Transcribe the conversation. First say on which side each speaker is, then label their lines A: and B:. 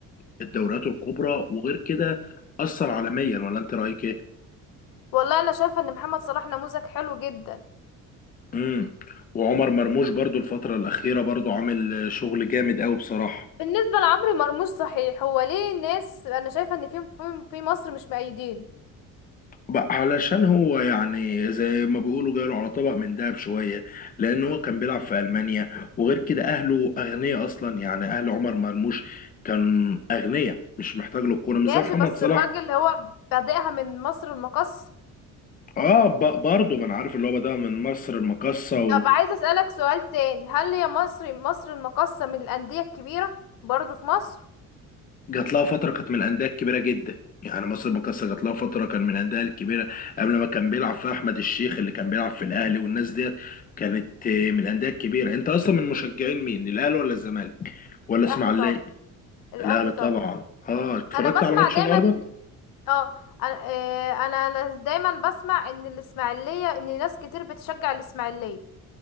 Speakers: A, on the left; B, on the left.
A: الدوريات الكبرى وغير كده أثر عالميا ولا أنت رأيك إيه؟
B: والله انا شايفة ان محمد صلاح نموذج حلو جدا
A: امم وعمر مرموش برضو الفترة الأخيرة برضو عامل شغل جامد أوي بصراحة
B: بالنسبة لعمرو مرموش صحيح هو ليه ناس انا شايفة ان في في في مصر مش مؤيدين
A: بقى علشان هو يعني زي ما بيقولوا جاله على طبق من دهب شوية لأن هو كان بيلعب في ألمانيا وغير كده أهله أغنياء أصلا يعني أهل عمر مرموش كان أغنياء مش محتاج له الكورة مش
B: ماشي
A: زي محمد
B: بس
A: صلاح
B: الراجل هو بادئها من مصر المقاصة
A: اه ب- برضه ما انا عارف اللي هو بدأ من مصر المقاصة
B: طب عايزة اسألك سؤال تاني هل هي مصر مصر المقاصة من الأندية الكبيرة برضو في مصر
A: جات لها فترة كانت من الأندية الكبيرة جدا يعني مصر المقاصة جات لها فترة كان من الأندية الكبيرة قبل ما كان بيلعب فيها أحمد الشيخ اللي كان بيلعب في الأهلي والناس ديت كانت آه، من الأندية الكبيرة أنت أصلا من مشجعين مين الأهلي ولا الزمالك ولا
B: الاهلي
A: إسماعيلية
B: طبعا الاهلي
A: الأهلي طبعا
B: طبعا
A: أه اتفرجت
B: انا بسمع
A: على ماتش
B: دايما
A: النهاردة
B: اه انا آه، انا أنا دايما بسمع ان الاسماعيليه ان ناس كتير بتشجع الاسماعيليه